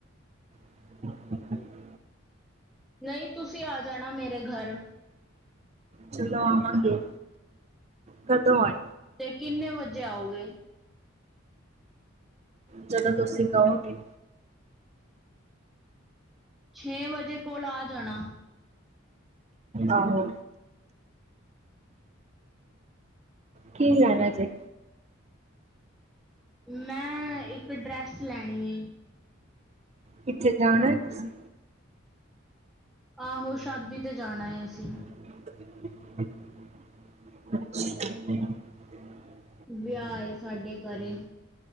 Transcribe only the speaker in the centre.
ਨਹੀਂ ਤੁਸੀਂ ਆ ਜਾਣਾ ਮੇਰੇ ਘਰ।
ਤੇ ਕਿੰਨੇ ਵਜੇ ਆਉਗੇ?
ਛੇ ਵਜੇ ਕੋਲ ਆ ਜਾਣਾ।
ਮੈਂ ਇੱਕ ਡਰੈਸ ਲੈਣੀ ਏ।
ਆਹੋ, ਸ਼ਾਦੀ ਤੇ ਜਾਣਾ ਐ ਅਸੀਂ।
ਵਿਆਹ ਏ ਸਾਡੇ ਘਰੇ